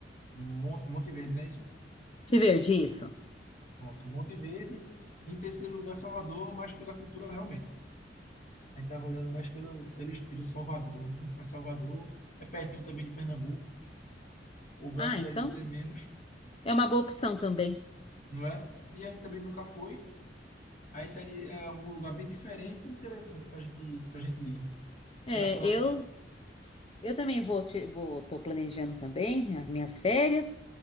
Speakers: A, on the left; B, on the left.
A: Mon- Monte Verde, não é isso?
B: Te ver disso.
A: Pronto, Monte Verde. Em terceiro lugar, Salvador, mas pela cultura realmente. A gente tava olhando mais pelo, pelo estilo Salvador, né? Para Salvador, é pertinho também de Pernambuco, o gasto
B: Ah, então
A: já ia ser menos,
B: é uma boa opção também.
A: não é? E a gente também nunca foi. Aí seria é, um lugar bem diferente e interessante para gente, para gente ir.
B: É,
A: Apesar pela,
B: eu, eu também vou, te- vou, tô planejando também as minhas férias.